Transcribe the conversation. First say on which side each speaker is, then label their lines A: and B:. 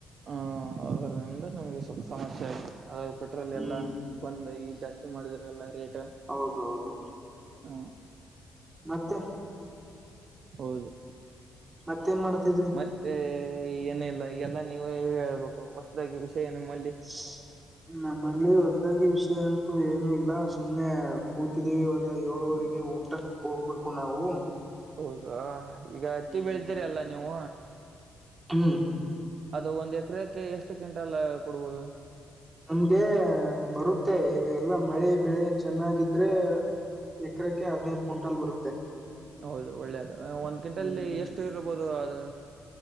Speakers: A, on the right (about 55°); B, on the right (about 20°).
A: ಹ ಅದರಿಂದ ನಮ್ಗೆ ಸ್ವಲ್ಪ ಸಮಸ್ಯೆ ಆಗಿದೆ ಅದ ಪೆಟ್ರೋಲ್
B: ಹ್ಮ್
A: ಎಲ್ಲ ಒಂದ ಈ ಜಾಸ್ತಿ ಮಾಡಿದ್ರಲ್ಲ ರೇಟ್
B: ಹೌದ ಹೌದು
A: ಹ
B: ಮತ್ತೆ
A: ಹೌದು
B: ಮತ್ತೇಏನ್ ಮಾಡ್ತಿದ್ರಿ
A: ತ್ತೆ ಏನ ಇಲ್ಲ ಈ ಎಲ್ಲ ನೀವೇ ಹೇಳ್ಬೇಕು ಹೊಸದಾಗಿ ವಿುಷಯ ಏನ ನೀಮ್ಮಲ್ಲಿ
B: <inaudible> ನಮ್ಮಲ್ಲಿ ಹೊಸದಾಗಿ ವಿಷಯ ಅಂತೂ ಏನುೂ ಇಲ್ಲ ಸುಮ್ನೆ ಕೂತಿದ್ದೀವಿ ಇವಾಗ ಏಳುವರೆಗೆ ಊಟ ಟಕ್ ಹೋಗ್ಬೇಕು ನಾವು
A: ಹೌದ ಈಗ ಹತ್ತಿ
B: ಹ್ಮ್
A: ಬೆಳ್ತೀರಿ ಅಲ್ಲ ನೀವು
B: ಹ್ಮ್
A: ಅದು ಒಂದ್ ಎಕರೆಕ್ಕೆ ಎಷ್ಟು ಕ್ವಿಂಟಲ್ ಕೊಡ್ಬೋದು
B: ನಮ್ಗೆ ಬರುತ್ತೆ ಇದು ಎಲ್ಲಾ ಮಳೆ ಬೆಳೆ ಚೆನ್ನಾಗಿದ್ರೆ ಎಕರೆಕ್ಕೆ ಹದಿನೈದು ಕುಂಟಲ್ ಬರುತ್ತೆ
A: ಹೌದು ಒಳ್ಳೇದು ಒಂದ್ ಗಿಂಟಲ್ಲಿ
B: ಹ್ಮ್
A: ಎಷ್ಟು ಇರ್ಬೋದು ಅದು